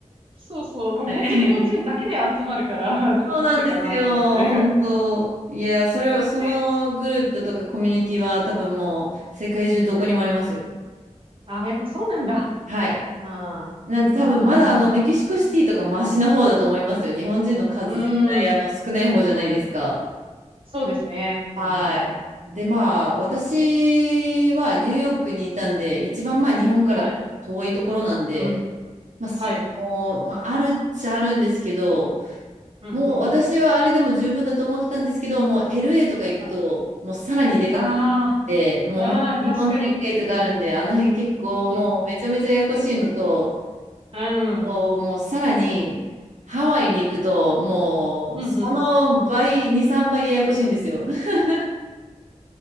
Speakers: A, on the right; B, on the right.
A: そうそう。もう本当日本人だけで集まるから、
B: はい
A: なんかなんでかなと思って。
B: そうなんですよ、本当。いや、それを、そのグループとかコミュニティは多分もう世界中どこにもありますよ。
A: ね。あ、やっぱそうなんだ。
B: はい。
A: ああ。
B: なんで多分まだあのメキシコシティとかマシな方だと思いますよ。
A: はんはんはんはん。
B: 日本人の数絶対あの少ない方じゃないですか。
A: うーん。そうですね。うんうん。
B: はい。で、まあ私はニューヨークにいたんで、一番まあ日本から遠いところなんで、
A: はい。うん。
B: まあ、すあのまあ、
A: はい。
B: あるっちゃあるんですけど、
A: うんうん。
B: もう私はあれでも十分だと思ってたんですけど、もう LA とか行くと、
A: はい。
B: もうさらにでかくなって、
A: あ
B: もうほん日本人街とかあるんで、
A: あ。うん。確かに。うん。
B: あの辺結構もうめちゃめちゃややこしいのと、
A: うんうん。う
B: もうもうさらにハワイに行くと、
A: ん。
B: もうその倍、
A: うんうん
B: 2、3倍ややこしいんですよ。<laughs>